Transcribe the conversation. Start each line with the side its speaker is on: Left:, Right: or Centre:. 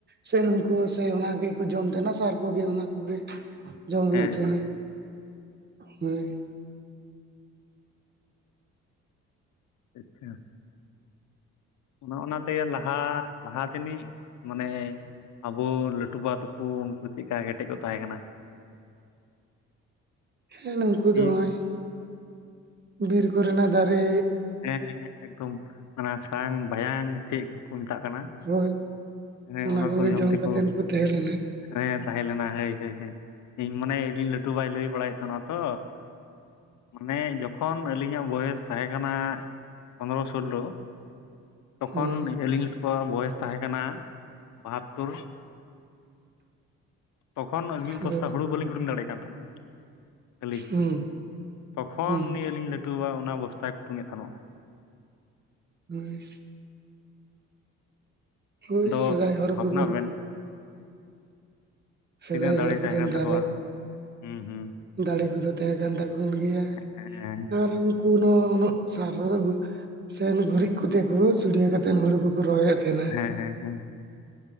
Right: ᱥᱮ ᱱᱩᱝᱠᱩ ᱥᱮ ᱚᱱᱟ ᱜᱮᱠᱚ ᱡᱚᱢ ᱛᱟᱦᱮᱱᱟ ᱥᱟᱨ ᱠᱚᱜᱮ ᱚᱱᱟ ᱠᱚᱜᱮ ᱡᱚᱢ ᱦᱩᱭᱩᱜ
Left: ᱦᱮᱸ
Right: ᱛᱟᱦᱮᱱᱟ᱾ ᱦᱳᱭ᱾
Left: ᱟᱪᱪᱷᱟ᱾ ᱚᱱᱮ ᱚᱱᱟ ᱛᱮᱜᱮ ᱞᱟᱦᱟ ᱞᱟᱦᱟ ᱛᱮᱱᱤᱡ ᱢᱟᱱᱮ ᱟᱵᱚ ᱞᱟᱹᱴᱩ ᱵᱟ ᱛᱟᱠᱚ ᱩᱱᱠᱩ ᱪᱮᱫᱠᱟ ᱠᱮᱴᱮᱡ ᱠᱚ ᱛᱟᱦᱮᱸ ᱠᱟᱱᱟ?
Right: ᱦᱮᱸ ᱱᱩᱝᱠᱩ ᱫᱚ
Left: ᱤᱧ
Right: ᱦᱚᱜ-ᱚᱭ ᱵᱤᱨ ᱠᱚᱨᱮᱱᱟᱜ ᱫᱟᱨᱮ
Left: ᱦᱮᱸ ᱮᱠᱫᱚᱢ ᱚᱱᱟ ᱥᱟᱝ ᱵᱟᱭᱟᱝ ᱪᱮᱫ ᱠᱚᱠᱚ ᱢᱮᱛᱟᱜ ᱠᱟᱱᱟ?
Right: ᱦᱳᱭ᱾
Left: ᱦᱮᱸ
Right: ᱚᱱᱟ ᱠᱚᱜᱮ
Left: ᱠᱚ
Right: ᱡᱚᱢ
Left: ᱛᱮᱠᱚ
Right: ᱠᱟᱛᱮᱱ ᱠᱚ ᱛᱟᱦᱮᱸ ᱞᱮᱱᱟ᱾
Left: ᱦᱮᱸ ᱛᱟᱦᱮᱸᱞᱮᱱᱟ ᱦᱳᱭ ᱦᱳᱭ ᱦᱳᱭ᱾ ᱤᱧ ᱢᱟᱱᱮ ᱤᱧᱤᱧ ᱞᱟᱹᱴᱩᱵᱟᱭ ᱞᱟᱹᱭ ᱵᱟᱲᱟᱭᱮᱫ ᱛᱟᱦᱮᱱᱚ-ᱟ ᱛᱚ᱾
Right: <inaudible>
Left: ᱢᱟᱱᱮ ᱡᱚᱠᱷᱚᱱ ᱟᱹᱞᱤᱧᱟᱜ ᱵᱚᱭᱮᱥ ᱛᱟᱦᱮᱸ ᱠᱟᱱᱟ ᱯᱚᱱᱨᱚ-ᱥᱳᱞᱞᱳ ᱛᱚᱠᱷᱚᱱ
Right: ᱦᱳᱭ
Left: ᱟᱹᱞᱤᱧ ᱞᱟᱹᱴᱩ ᱠᱚᱣᱟᱜ ᱵᱚᱭᱮᱥ ᱛᱟᱦᱮᱸ ᱠᱟᱱᱟ ᱵᱟᱦᱟᱛᱛᱳᱨ᱾ ᱛᱚᱠᱷᱚᱱ ᱢᱤᱫ
Right: ᱦᱳᱭ
Left: ᱚᱵᱚᱥᱛᱟ ᱦᱩᱲᱩ ᱵᱟᱹᱞᱤᱧ <unintelligible> ᱫᱟᱲᱮᱭᱟᱜ ᱠᱟᱱ ᱛᱟᱦᱮᱱᱥ-ᱟ ᱟᱹᱞᱤᱧ᱾
Right: ᱦᱩᱸ
Left: ᱛᱚᱠᱷᱚᱱ
Right: ᱦᱩᱸ
Left: ᱱᱤᱭᱟᱹ ᱟᱞᱤᱧ ᱞᱟᱹᱴᱩᱵᱟ ᱚᱱᱟ ᱵᱚᱥᱛᱟᱭ ᱠᱩᱴᱩᱝ ᱮᱫ ᱛᱟᱦᱮᱱᱚ-ᱟ᱾
Right: ᱦᱳᱭ᱾ ᱦᱳᱭ
Left: ᱟᱫᱚ
Right: ᱥᱮᱫᱟᱭ ᱦᱚᱲ
Left: ᱵᱷᱟᱵᱽᱱᱟᱜ
Right: ᱠᱚᱫᱚ
Left: ᱵᱮᱱ᱾
Right: ᱥᱮᱫᱟᱭ
Left: ᱛᱤᱱᱟᱹᱜ ᱫᱟᱲᱮ
Right: ᱦᱚᱲ ᱠᱚᱫᱚ
Left: ᱛᱟᱦᱮᱸ ᱠᱟᱱ
Right: ᱫᱟᱨᱮ
Left: ᱛᱟᱠᱚᱣᱟ, ᱦᱩᱸ ᱦᱩᱸ᱾
Right: ᱫᱟᱲᱮ ᱠᱚᱫᱚ ᱛᱟᱦᱮᱸ ᱠᱟᱱ ᱛᱟᱠᱚ ᱜᱮᱭᱟ᱾
Left: ᱦᱮᱸᱻ᱾
Right: <unintelligible> ᱥᱮᱱ ᱜᱩᱨᱤᱡ ᱠᱷᱚᱫᱮ ᱠᱚ ᱪᱷᱩᱲᱭᱟᱹ ᱠᱟᱛᱮᱱ ᱦᱩᱲᱩ ᱠᱚᱠᱚ ᱨᱚᱦᱚᱭᱮᱫ ᱮᱱᱟ᱾
Left: ᱦᱮᱸ ᱦᱮᱸ ᱦᱮᱸ